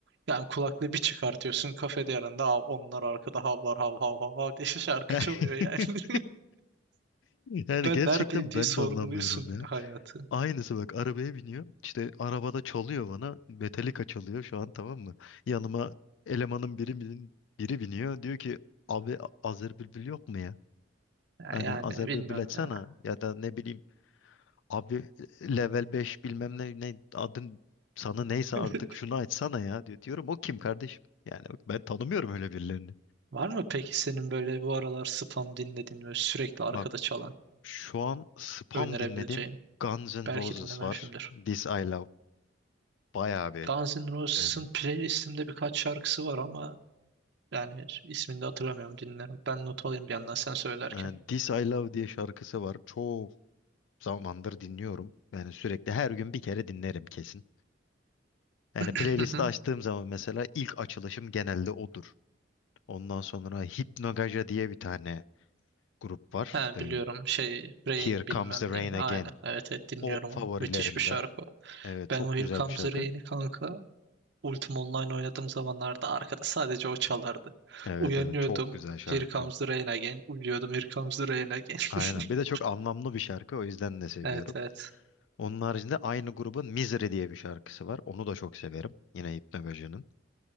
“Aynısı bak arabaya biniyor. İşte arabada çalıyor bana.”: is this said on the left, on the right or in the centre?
Left